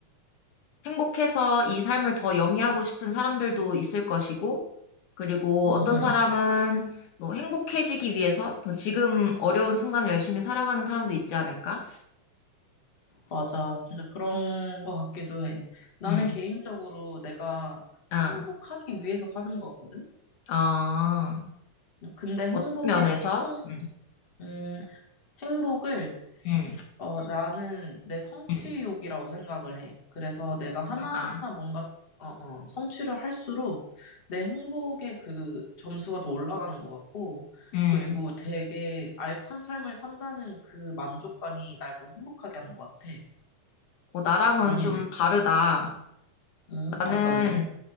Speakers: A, on the left; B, on the left.
A: 행복해서 이 삶을 더 영위하고 싶은 사람들도 있을 것이고, 그리고
B: 응,
A: 어떤
B: 응.
A: 사람은 뭐 행복해지기 위해서 더 지금 어려운 순간 을 열심히 살아가는 사람도 있지 않을까?
B: 맞아. 진짜 그런 거 같기도 해. 나는
A: 음,
B: 개인적으로 내가
A: 아,
B: 행복하기 위해서 사는 거 같거든?
A: 아,
B: 근데 행복의
A: 어떤 면에서,
B: 총,
A: 음,
B: 음, 행복을,
A: 음,
B: 어, 나는 내 성취욕이라고
A: 음,
B: 생각을 해. 그래서 내가 하나하나
A: 아,
B: 뭔가, 어, 어, 성취를 할수록 내 행복의 그 점수가 더 올라가는 것 같고,
A: 음,
B: 그리고 되게 알찬 삶을 산다는 그 만족감이 날 더 행복하게 하는 것 같아.
A: 어, 나랑은
B: 언니는?
A: 좀 다르다.
B: 응,
A: 나는,
B: 어떤데?